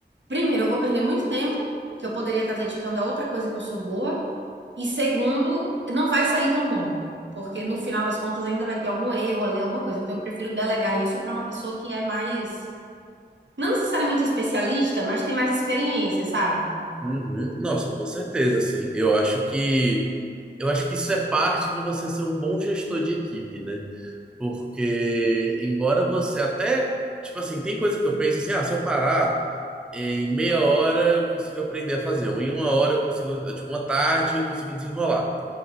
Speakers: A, on the right; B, in the centre.
A: primeiro, eu vou perder muito tempo, que eu poderia estar dedicando a outra coisa que eu sou boa, e segundo, não vai sair tão bom, porque no final das contas ainda vai ter algum erro ali, alguma coisa. Então, eu prefiro delegar isso para uma pessoa que é mais não necessariamente especialista, mas tem mais experiência, sabe?
B: Uhum. Nossa, com certeza, assim. Eu acho que eu acho que isso é parte de você ser um bom gestor de equipe, né? Porque embora você até, tipo assim, tem coisa que eu penso assim, ah, se eu parar em meia hora eu consigo aprender a fazer, ou em uma hora eu consigo, tipo, uma tarde eu consigo desenrolar.